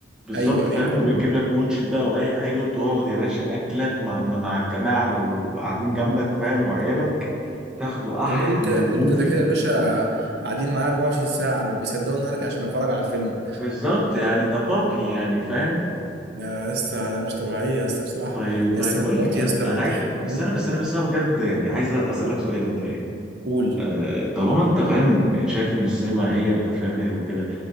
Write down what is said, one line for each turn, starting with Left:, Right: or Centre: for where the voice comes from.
Centre: بالظبط
Right: ايوه
Centre: فاهم
Right: ايوه
Centre: وبتجيب لك واتش إت بقى او اي حاجه وتقعد يا باشا اكلك مع مع الجماعه لو قاعدين جنبك فاهم
Right: بالظبط
Centre: وعيالك تاخدوا احلى
Right: هم دول كده
Centre: موفي
Right: دول كده كده يا باشا قاعدين معايا 24 ساعة ما بيصدقوا ان انا ارجع عشان اتفرج على فيلم
Centre: بالظبط يعني ده بابي يعني فاهم
Right: يا اسطى ده مش طبيعية يا اسطى بصراحة
Centre: طيب
Right: يا
Centre: طيب
Right: اسطى
Centre: قول
Right: أنا مراتي
Centre: لي بقى
Right: يا اسطى
Centre: انا
Right: بتحب
Centre: عايز بس انا بس انا بس انا بجد يعني عايز اسالك سؤال انت
Right: قول
Centre: آه، طالما انت فاهم يعني شايف ان السينما هي الافلام الحلوه كده